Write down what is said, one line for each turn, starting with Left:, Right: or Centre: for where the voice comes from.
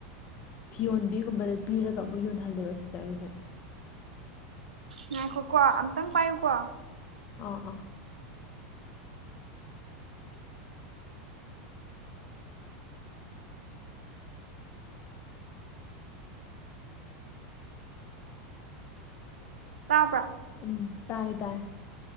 Left: ꯐꯤ ꯌꯣꯟꯕꯤꯒꯨꯝꯕꯗ ꯄꯤꯔꯒ ꯑꯃꯨꯛ ꯌꯣꯟꯍꯜꯂꯤꯔꯣ ꯁꯤꯁꯇꯔꯒꯤꯁꯦ
Right: ꯉꯥꯏꯈꯣꯀꯣ ꯑꯝꯇꯪ ꯄꯥꯏꯌꯨꯀꯣ
Left: ꯑꯥ ꯑꯥ
Right: ꯇꯥꯕ꯭ꯔ
Left: ꯎꯝ ꯇꯥꯏꯌꯦ ꯇꯥꯏꯌꯦ